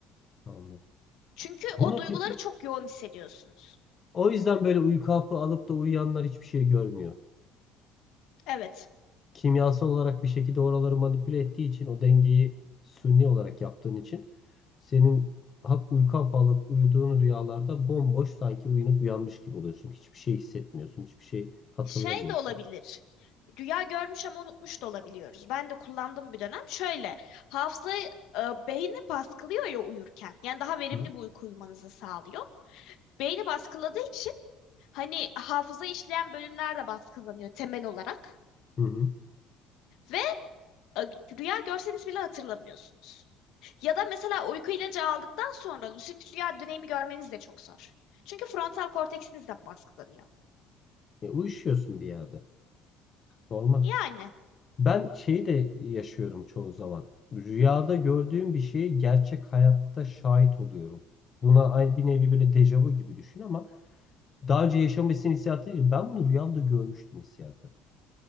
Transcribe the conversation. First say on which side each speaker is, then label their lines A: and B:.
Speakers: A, on the left; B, on the left.
A: Anladım.
B: Çünkü o
A: Bunu
B: duyguları
A: peki
B: çok yoğun hissediyorsunuz.
A: o yüzden böyle uyku hapı alıp da uyuyanlar hiçbir şey görmüyor.
B: Evet.
A: Kimyasal olarak bir şekilde oraları manipüle ettiği için o dengeyi suni olarak yaptığın için senin hap uyku hapı alıp uyuduğun rüyalarda bomboş sanki uyanıp uyanmış gibi oluyorsun. Hiçbir şey hissetmiyorsun. Hiçbir şey hatırlamıyorsun.
B: Şey de olabilir. Rüya görmüş ama unutmuş da olabiliyoruz. Ben de kullandım bir dönem. Şöyle, hafızayı e, beyni baskılıyor ya uyurken. Yani daha verimli
A: Hı?
B: bir uyku uyumanızı sağlıyor. Beyni baskıladığı için Hani hafıza işleyen bölümler de baskılanıyor temel olarak.
A: Hı hı.
B: Ve e, rüya görseniz bile hatırlamıyorsunuz. Ya da mesela uyku ilacı aldıktan sonra lucid rüya dönemi görmeniz de çok zor. Çünkü frontal korteksiniz de baskılanıyor.
A: E, uyuşuyorsun bir yerde. Normal.
B: Yani.
A: Ben şeyi de yaşıyorum çoğu zaman. Rüyada gördüğüm bir şeyi gerçek hayatta şahit oluyorum. Buna aynı bir nevi böyle dejavu gibi düşün ama daha
B: Hı hı.
A: önce yaşamışsın hissiyatı değil. Ben bunu rüyamda görmüştüm hissiyatı.